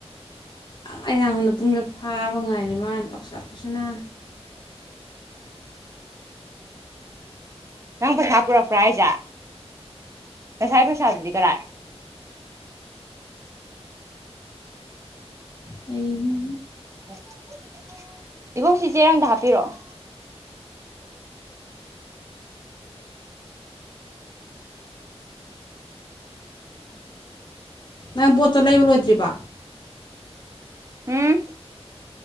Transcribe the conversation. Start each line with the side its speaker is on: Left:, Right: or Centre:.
Left: ꯑꯩꯅ ꯁꯣꯝꯗ ꯄꯨꯡꯗ ꯐꯥꯕ ꯉꯥꯏꯔꯦ ꯃꯥꯅ ꯇꯧꯁꯜꯂꯛꯄ ꯁꯤꯅ
Right: ꯅꯪ ꯄꯩꯁꯥ ꯄꯨꯔꯛꯄ꯭ꯔꯥ ꯍꯥꯏꯁꯦ ꯉꯁꯥꯏ ꯄꯩꯁꯥ ꯗꯨꯗꯤ ꯀꯗꯥꯏ
Left: ꯍꯩꯅ
Right: <inaudible> ꯏꯕꯣꯛꯁꯤ ꯆꯦꯔꯪꯗ ꯍꯥꯞꯄꯤꯔꯛꯑꯣ
Left: ꯅꯪ ꯄꯣꯠꯇꯣ ꯂꯩꯕ ꯂꯣꯏꯗ꯭ꯔꯤꯕꯣ
Right: ꯎꯝ